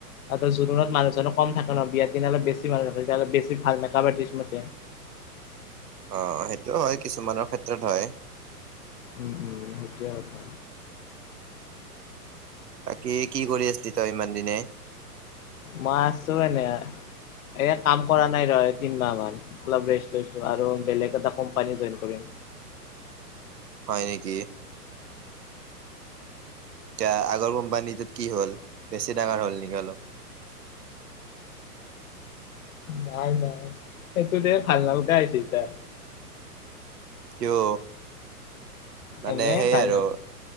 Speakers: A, on the left; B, on the right.
A: আৰু তয় জোৰণত মানুহ ছানো কম থাকে ন বিয়াৰ দিনা অলপ বেছি মানুহ থাকে তেতিয়া অলপ বেছি ভাল মেকাপ আৱৰ্তিচ মাতে।
B: অঁ, সেইটো হয় কিছুমানৰ ক্ষেত্ৰত হয়।
A: উম উম' হেটোৱে কথা।
B: বাকী কি কৰি আছিলি তই ইমান দিনে?
A: মই আছো এনে এয়া কাম কৰা নাই ৰ তিন মাহ মান। অলপ ৰেষ্ট লৈছো আৰু বেলেগ এটা কোম্পানী জইন কৰিম।
B: হয় নেকি তিয়া আগৰ কোম্পানীটোত কি হ'ল বেছি ডাঙৰ হ'ল নেকি অলপ
A: নাই নাই সেইটো দে ভাল নালগা হৈছি এইতা
B: কিয় মানে
A: এনে
B: সেই
A: ভাল
B: আৰু
A: নালাগে